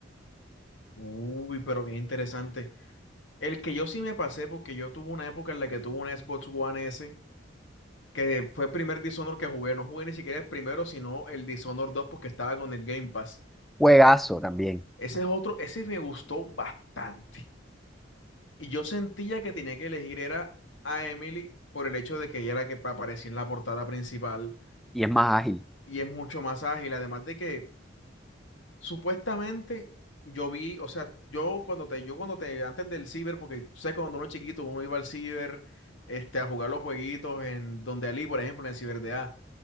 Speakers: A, on the left; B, in the centre.
A: Uy, pero bien interesante. El que yo sí me pasé, porque yo tuve una época en la que tuve un Xbox One S, que fue el primer Dishonored que jugué. No jugué ni siquiera el primero, sino el Dishonored dos porque estaba con el Game Pass.
B: Juegazo también.
A: Ese es otro, ese me gustó bastante. Y yo sentía que tenía que elegir era a Emily por el hecho de que ella era la que pa- aparecía en la portada principal
B: Y es más ágil.
A: y es mucho más ágil. Además de que Supuestamente yo vi, o sea, yo cuando te, yo cuando te, antes del ciber, porque tú sabes que cuando uno es chiquito, uno iba al ciber, este, a jugar los jueguitos en donde Ali, por ejemplo, en el ciber de A,